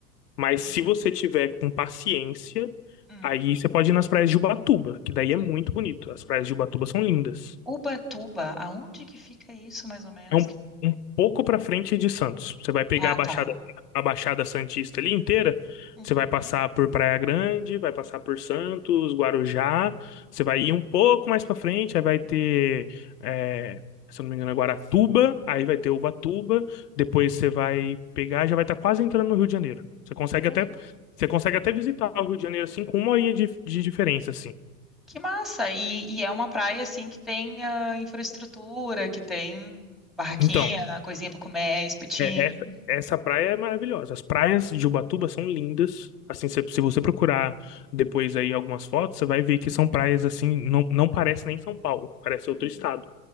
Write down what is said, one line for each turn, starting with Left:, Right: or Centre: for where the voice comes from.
Left: Mas
Centre: hum,
Left: se você tiver com paciência,
Centre: hum.
Left: aí você pode ir nas praias de Ubatuba, que daí é muito bonito. As praias de Ubatuba são lindas.
Centre: Ubatuba, aonde que fica isso, mais ou menos?
Left: É um,
Centre: Que...
Left: um pouco para frente de Santos. Você vai pegar
Centre: Ah,
Left: a Baixada,
Centre: tá.
Left: a Baixada Santista ali inteira.
Centre: Uhum.
Left: Você vai passar por Praia Grande, vai passar por Santos, Guarujá. Você vai ir um pouco mais para frente, aí vai ter, é, se eu não me engano, é Guaratuba. Aí vai ter Ubatuba. Depois você vai pegar, já vai estar quase entrando no Rio de Janeiro. Você consegue
Centre: Ah,
Left: até, você consegue até visitar o Rio de Janeiro assim com uma horinha de, de diferença assim.
Centre: que massa! E, e é uma praia assim que tem ah, infraestrutura, que tem barraquinha,
Left: Então,
Centre: coisinha pra comer, espetinho.
Left: É, essa, essa praia é maravilhosa. As praias de Ubatuba são lindas. Assim, se, se você procurar depois aí algumas fotos, você vai ver que são praias assim, não, não parece nem São Paulo, parece outro
Centre: Uhum.
Left: estado.